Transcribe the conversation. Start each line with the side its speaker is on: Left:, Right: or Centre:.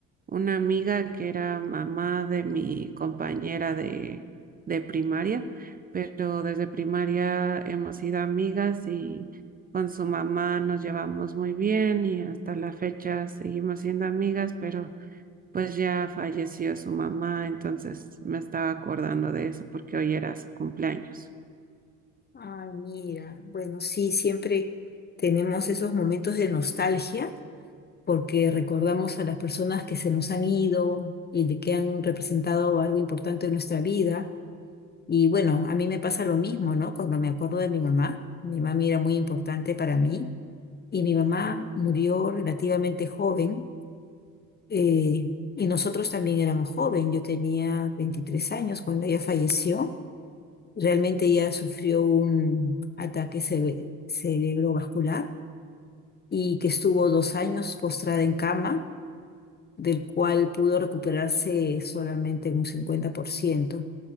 Right: una amiga que era mamá de mi compañera de, de primaria, pero desde primaria hemos sido amigas y con su mamá nos llevamos muy bien y hasta la fecha seguimos siendo amigas, pero pues ya falleció su mamá, entonces me estaba acordando de eso porque hoy era su cumpleaños.
Left: Ay, mira, bueno, sí, siempre tenemos esos momentos de nostalgia porque recordamos a las personas que se nos han ido y de que han representado algo importante en nuestra vida. Y bueno, a mí me pasa lo mismo, ¿no? Cuando me acuerdo de mi mamá, mi mamá era muy importante para mí y mi mamá murió relativamente joven eh, y nosotros también éramos joven. Yo tenía 23 años cuando ella falleció. realmente ella sufrió un ataque cere- cerebrovascular y que estuvo dos años postrada en cama, del cual pudo recuperarse solamente en un 50%.